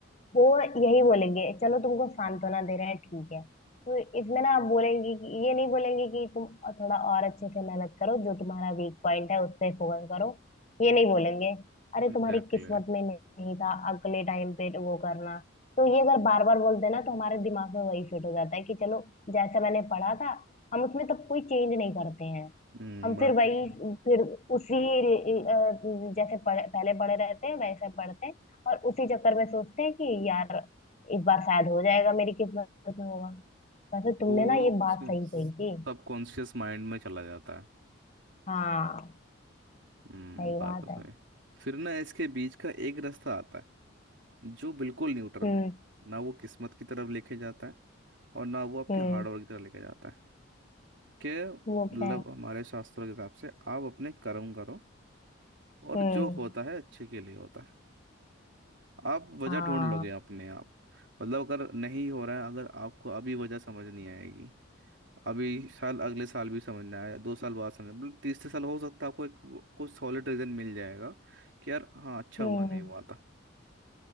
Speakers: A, on the left; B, on the right.
A: वो यही बोलेंगे चलो तुमको सांत्वना दे रहे हैं ठीक है तो इसमें ना आप बोलेंगे कि ये नहीं बोलेंगे कि तुम थोड़ा और अच्छे से मेहनत करो जो तुम्हारा वीक पॉइंट है उस पे फोकस करो ये नहीं बोलेंगे अरे
B: Exactly
A: तुम्हारी किस्मत
B: exactly.
A: में नहीं था अगले टाइम पे वो करना तो ये अगर बार बार बोलते हैं ना तो हमारे दिमाग में वही फिट हो जाता है कि चलो जैसा मैंने पढ़ा था हम उसमें तब कोई चेंज नहीं करते हैं
B: हम्म
A: हम
B: बात
A: फिर वही
B: तो सही
A: फिर उसी अ, जैसे पढ़, पहले पढ़े रहते हैं वैसे पढ़ते हैं और उसी चक्कर में सोचते हैं कि यार इस बार शायद हो जाएगा मेरी किस्मत में होगा वैसे तुमने
B: वो
A: ना ये
B: उसके
A: बात सही
B: सबकॉन्शियस
A: कही थी
B: माइंड में चला जाता है
A: हाँ
B: हम्म
A: सही
B: बात
A: बात
B: तो सही
A: है
B: फिर ना इसके बीच का एक रास्ता आता है जो बिल्कुल न्यूट्रल
A: हम्म
B: है ना वो किस्मत की तरफ लेके जाता है और ना वो आपके
A: हम्म
B: हार्डवर्क की तरह लेके जाता है कि
A: वो
B: मतलब
A: क्या है
B: हमारे शास्त्रों के हिसाब से आप अपने कर्म करो और
A: हम्म
B: जो होता है अच्छे के लिए होता है आप वजह
A: हाँ
B: ढूंढ लोगे अपने आप मतलब अगर नहीं हो रहा है अगर आपको अभी वजह समझ नहीं आएगी अभी साल अगले साल भी समझ ना आया दो साल बाद समझ मतलब तीसरे साल हो सकता है आपको एक वो- कोई सॉलिड रीजन मिल जाएगा कि यार हाँ अच्छा
A: हम्म
B: हुआ नहीं हुआ था